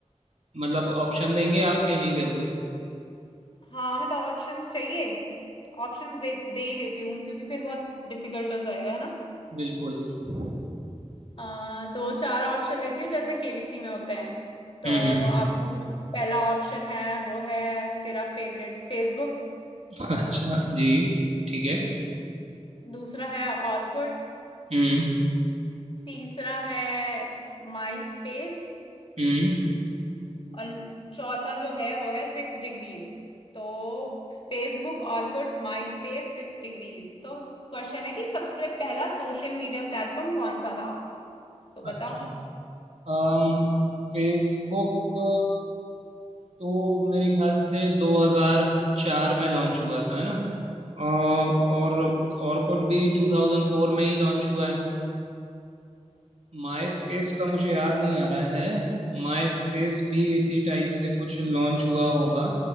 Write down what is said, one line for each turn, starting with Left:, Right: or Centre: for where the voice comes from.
Right: मतलब ऑप्शन देंगे आप कि नहीं दोगे
Left: हाँ मतलब ऑप्शंस चाहिए ऑप्शंस दे दे ही देती हूँ क्योंकि फिर बहुत डिफिकल्ट हो जाएगा है ना
Right: बिल्कुल हम्म
Left: आ, तो चार ऑप्शन देती हूँ जैसे केबीसी में होते हैं तो
Right: हम्म हम्म।
Left: आपका जो पहला ऑप्शन है वो है तेरा फेवरेट फेसबुक
Right: <laughs> अच्छा जी ठीक है
Left: दूसरा है ऑर्कुट
Right: हम्म
Left: तीसरा है माई स्पेस
Right: हम्म
Left: और चौथा जो है वो है सिक्स डिग्रीज तो Facebook Orkut MySpace six degrees तो क्वेश्चन है कि सबसे पहला सोशल मीडिया प्लेटफॉर्म कौन सा था तो
Right: अच्छा
Left: बता
Right: अम फेसबुक तो मेरे ख्याल से 2004 में लॉन्च हुआ था है ना अ, और ऑर्कुट भी 2004 में ही लॉन्च हुआ है माई स्पेस का मुझे याद नहीं आ रहा है माई स्पेस भी इसी टाइप से कुछ लॉन्च हुआ होगा